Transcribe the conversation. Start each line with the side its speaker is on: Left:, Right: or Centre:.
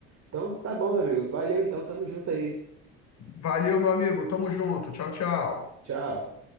Right: Então tá bom, meu amigo. Valeu então, tamo junto aí.
Left: Valeu, meu amigo. Tamo junto. Tchau, tchau.
Right: Tchau.